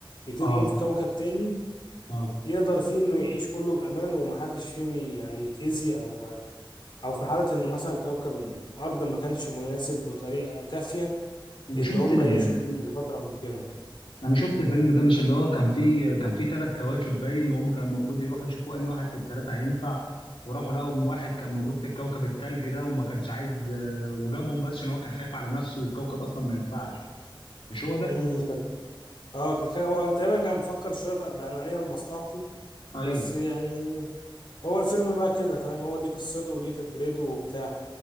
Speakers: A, on the left; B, on the left.
A: يطير
B: اه
A: بيهم في كوكب تاني
B: اه
A: يقدر فيه إنه يعيش كله بأمان ومحدش فيهم ي- يعني يتأذي أو أو في حالة إن مثلا كوكب الأرض ما كانش مناسب بطريقة كافية
B: انا
A: إن
B: شفت
A: هم
B: ال...
A: يعيشوا فيه لفترة ممكنة.
B: انا شفت الفيلم ده مش اللي هو كان فيه كان فيه ثلاث كواكب باين وهم كان المفروض يروحوا يشوفوا انهي واحد في الثلاثه هينفع وراحوا لقوا أم واحد كان موجود في الكوكب الثلج ده وما كانش عايز آه، وجابهم بس عشان هو كان خايف على نفسه والكوكب اصلا ما ينفعش مش هو ده
A: اه اه كان خ- هو تقريبا كان مفكر شويه ف- بأنانية لمصلحته
B: ايوه
A: بس يعني هو الفيلم بقى كده فاهم هو دي قصته ودي فكرته وبتاع